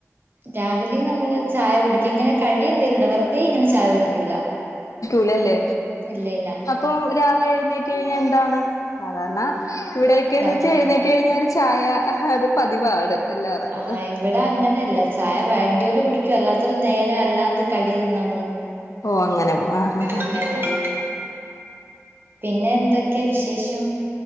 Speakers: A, on the right; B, on the left.
A: രാവിലെയും നമ്മള് ചായ കുടിക്കും ഇങ്ങനെ കടി എന്തേലുണ്ടോ വെറുതെ ഇങ്ങനെ ചായ കുടിക്കൂല
B: ല്ലല്ലേ
A: ഇല്ല ഇല്ല
B: ഇപ്പൊ രാവിലെ എഴുന്നേറ്റ് കഴിഞ്ഞാൽ ന്താണ് സാധാരണ ഇവിടെയക്ക്ന്ന്
A: നമ്മള്
B: വെച്ച എഴുന്നേറ്റി ന്നേറ്റ് കഴിഞ്ഞാ ഒരു ചായ അത് പതിവാണ്. എല്ലാവർക്കും
A: ആഹ ഇവിടെ അങ്ങനെല്ല ചായ വേണ്ടില് കുടിക്കും. അല്ലാത്തൊരു നേരെ അല്ലാണ്ട് കടി തിന്നാൻ പോകും.
B: ഓ അങ്ങനെ പോ ആഹ് ആഹ്
A: അങ്ങനെ
B: ആഹ്
A: <inaudible> പിന്നെ എന്തൊക്കെ വിശേഷം?